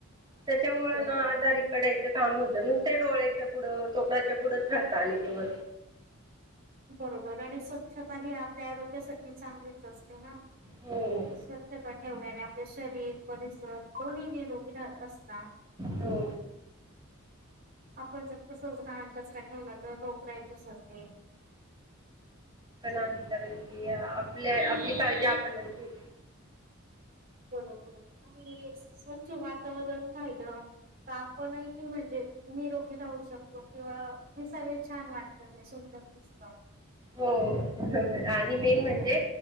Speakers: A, on the right (about 20°); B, on the right (about 45°).
A: त्याच्यामुळं
B: बरोबर.
A: ना आजारी
B: हम्म.
A: पडायच.... काम होत नुसते डोळयाच्या पुढं तोडाच्या पुढंच राहतं आणि ते...
B: बरोबर आणि स्वच्छता ही आपल्या आरोग्यासाठी चांगलीच असते ना....
A: हो....
B: स्वच्छता ठेवल्याने आपले शरीर परिसर दोन्ही निरोगी असत...
A: हो...
B: आपण जर तसोच घाण कचरा ठेवला तर लोक रोगराई पसरते..
A: नाही कारण की आपल्या आपली काळजी आपणच घ...
B: बरोबर आणि स्वच्छ वातावरण रहायल..... तर आपणही म्हणजे निरोगी राहू शकतो किंवा दिसायला छान वाटत. सुंदर दिसत
A: हो बरोबर आणि मेन म्हणजे